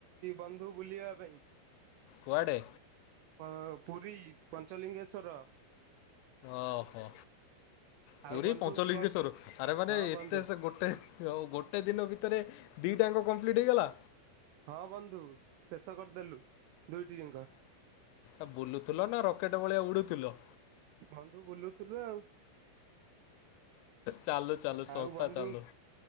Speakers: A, on the right (about 85°); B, on the left (about 85°).
A: ବନ୍ଧୁ ବୁଲିବା ପାଇଁ।
B: କୁଆଡ଼େ?
A: ହଁ, ହଁ ପୁରୀ ପଞ୍ଚଲିଙ୍ଗେଶ୍ଵର।
B: ଓହୋ ପୁରୀ
A: ଆଉ ବନ୍ଧୁ
B: ପଞ୍ଚଲିଙ୍ଗେଶ୍ୱର
A: କଣ
B: ଆରେ ମାନେ
A: ହଁ
B: ଏତେ
A: ବନ୍ଧୁ
B: ସେ ଗୋ ଟେ ହଉ ଗୋଟେ ଦିନ ଭିତରେ ଦିଟାଙ୍କ କମ୍ପ୍ଲିଟ ହେଇଗଲା?
A: ହଁ ବନ୍ଧୁ ଶେଷ କରିଦେଲୁ ଦୁଇଟି ଜିଙ୍କ।
B: ଏ ବୁଲୁଥିଲ ନା ରକେଟ୍ ଭଳିଆ ଉଡ଼ୁଥିଲ?
A: ବନ୍ଧୁ ବୁଲୁଥିଲୁ ଆଉ।
B: ଚାଲୁ ଚାଲୁ ସଂସ୍ଥା
A: ଆଉ ବନ୍ଧୁ
B: ଚାଲୁ।